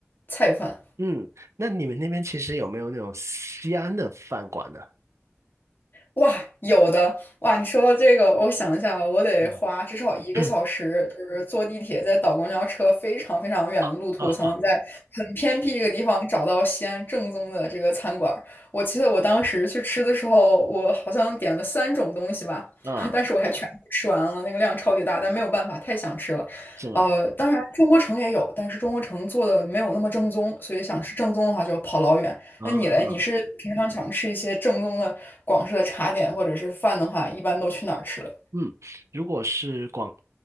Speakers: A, on the left; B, on the right.
A: 菜饭。
B: 嗯，那你们那边其实有没有那种西安的饭馆呢？
A: 哇，有的哇！你说到这个，我想一下，我得花至少一个小时，
B: 嗯，<coughs>
A: 就是坐地铁，再倒公交车，非常非常远的路途，
B: <clears throat> 啊
A: 才能在很偏僻一个地方找到西安正宗的这个餐馆儿。我记得我当时去吃的时候，我好像点了三种东西吧，
B: 啊，
A: <laughs> 但是我还全部吃完了，那个量超级大，但没有办法，太想吃了。
B: 是吗？
A: 呃，当然中国城也有，但是中国城做的没有那么正宗，所以想吃正宗的话，就要跑老远。
B: 啊。
A: 那你嘞？你是平常想吃一些正宗的广式的茶点或者是饭的话，一般都去哪儿吃了？
B: 嗯，如果是广，